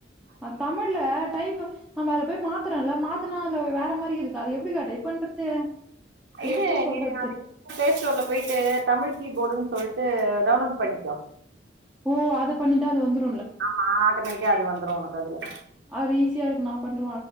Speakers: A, in the centre; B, on the right.
A: ஆ தமிழ்ல டைப்பு நம்ம அத போய் மா த்துறோல்ல மாத்துனா அதுல வேற மாரி இருக்குதுக்கா அது எப்டிக்கா டைப் பண்றது
B: இது
A: எப்படி சொல்றது?
B: நீ அது பிளே ஸ்டோர்ல போயிட்டு தமிழ் கீபோர்டுன்னு சொல்ட்டு டவுன்லோடு பண்ணிக்கோ
A: ஓ அது பண்ணிட்டா அது வந்து
B: ஆமா ஆட்டோமேட்டிக்கா அது வந்துரு உனக் கு அதுல
A: அதுல ஈசியா இருக்கு நா பண்